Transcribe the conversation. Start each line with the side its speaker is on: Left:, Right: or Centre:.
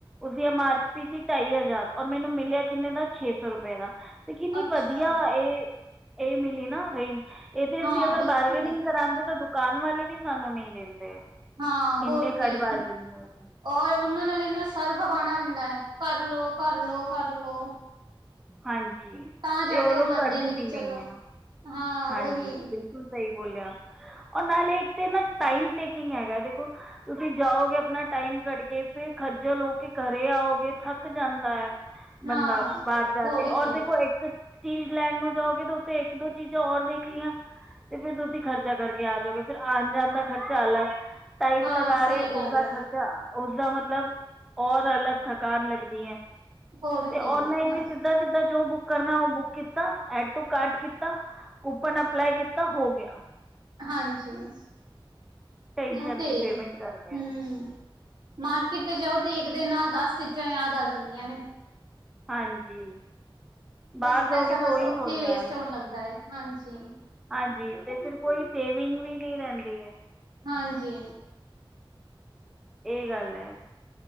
Centre: ਉਸਦੀ ਐਮ ਆਰ ਪੀ ਸੀ ਢਾਈ ਹਜ਼ਾਰ ਔਰ ਮੈਨੂੰ ਮਿਲਿਆ ਕਿੰਨੇ ਦਾ ਛੇ ਸੌ ਰੁਪਏ ਦਾ। ਤੇ ਕਿੰਨੀ
Right: ਅੱਛਾ
Centre: ਵਧੀਆ ਇਹ-ਇਹ ਮਿਲੀ ਨਾ ਰੇਂਜ ਇਹਦੇ ਇਚ
Right: ਹਾਂ
Centre: ਅਗਰ
Right: ਬਿਲਕੁਲ
Centre: ਬਾਰਗਨਿੰਗ ਕਰਾਂਦੇ ਤਾਂ ਦੁਕਾਨ ਵਾਲੇ ਵੀ ਸਾਨੂੰ ਨਈ ਦਿੰਦੇ
Right: ਹਾਂ ਹੋਰ
Centre: ਇੰਨੇ
Right: ਕੀ
Centre: ਘੱਟ ਬਾਰਗੈਨਿਕ ਵਿੱਚ।
Right: ਔਰ ਉਹਨਾਂ ਨਾਲ ਇੰਨਾ ਸਰ ਖਪਾਨਾ ਪੈਂਦਾ ਕਰ ਲੋ-ਕਰ ਲੋ ਕਰ ਲੋ।
Centre: ਹਾਂਜੀ
Right: ਤਾਂ ਜਾ
Centre: ਤੇ ਉਹ
Right: ਕੇ
Centre: ਲੋਕ
Right: ਮੰਨਦੇ
Centre: ਕਰਦੇ
Right: ਨੀ ਕਿ
Centre: ਵੀ ਨਈ
Right: ਚਲੋ
Centre: ਹੈ।
Right: ਹਾਂ
Centre: ਹਾਂਜੀ
Right: ਉਹੀ
Centre: ਬਿਲਕੁਲ ਸਹੀ ਬੋਲਿਆ ਔਰ ਨਾਲੇ ਇੱਕ ਤਾਂ ਨਾ ਟਾਈਮ ਟੇਕਿੰਗ ਹੈਗਾ ਦੇਖੋ ਤੁਸੀਂ ਜਾਓਗੇ ਆਪਣਾ ਟਾਈਮ ਕੱਢ ਕੇ ਫੇਰ ਖੱਜਲ ਹੋ ਕੇ ਘਰੇ ਆਓਗੇ ਥੱਕ ਜਾਂਦਾ
Right: ਹਾਂ,
Centre: ਬੰਦਾ ਬਾਰ ਜਾ
Right: ਹੋਰ
Centre: ਕੇ
Right: ਕੀ
Centre: ਔਰ ਦੇਖੋ ਇੱਕ ਚੀਜ਼ ਲੈਣ ਨੂੰ ਜਾਓਗੇ ਤੇ ਉੱਥੇ ਇੱਕ ਦੋ ਚੀਜ਼ਾਂ ਔਰ ਵੇਖ ਲਈਆ ਤੇ ਫਿਰ ਤੁਸੀਂ ਖਰਚਾ ਕਰਕੇ ਆ ਜਾਓਗੇ ਫਿਰ ਆਉਣ ਜਾਣ ਦਾ ਖਰਚਾ ਅਲੱਗ। ਟਾਈਮ
Right: ਹਾਂ
Centre: ਲਗਾ
Right: ਸਹੀ
Centre: ਰਹੇ ਉਸਦਾ
Right: ਗੱਲ ਹੈ।
Centre: ਖ਼ਰਚਾ ਉਸਦਾ ਮਤਲਬ ਔਰ ਅਲੱਗ ਥਕਾਨ ਲੱਗਦੀ ਹੈ।
Right: ਹੋਰ
Centre: ਤੇ
Right: ਕੀ
Centre: ਔਨਲਾਈਨ
Right: ਹੁਣ
Centre: ਵੀ ਸਿੱਧਾ-ਸਿੱਧਾ ਜੋ ਬੁੱਕ ਕਰਨਾ ਉਹ ਬੁੱਕ ਕੀਤਾ ਐਡ ਟੂ ਕਾਰਡ ਕੀਤਾ ਕੂਪਨ ਅਪਲਾਈ ਕੀਤਾ ਹੋ ਗਿਆ।
Right: ਹਾਂਜੀ ਨਈ
Centre: ਟੈਨਸ਼ਨ
Right: ਉਹ ਤੇ
Centre: ਨਹੀਂ ਪੇਮੈਂਟ
Right: ਐ
Centre: ਕਰਦੇ
Right: ਹਮ।
Centre: ਹਾਂ
Right: ਮਾਰਕੀਟ ਚ ਜਾਓ ਤੇ ਇੱਕ ਦੇ ਨਾਲ ਦਸ ਚੀਜ਼ਾ ਯਾਦ ਆ ਜਾਂਦੀਆ ਨੇ।
Centre: ਹਾਂਜੀ
Right: ਬਸ
Centre: ਬਾਰ ਜਾਓ
Right: ਪੈਸਾ
Centre: ਗੇ ਤੇ
Right: ਬਸ
Centre: ਉਹੀ
Right: ਉੱਥੇ
Centre: ਹੁੰਦਾ।
Right: ਹੀ ਵੇਸਟ ਹੋਣ ਲੱਗਦਾ ਹੈ ਹਾਂਜੀ।
Centre: ਹਾਂਜੀ ਤੇ ਫਿਰ ਕੋਈ ਸੇਵਿੰਗ ਵੀ ਨੀ ਰਹਿੰਦੀ ਹੈ।
Right: ਹਾਂਜੀ
Centre: ਏੇ ਗੱਲ ਐ।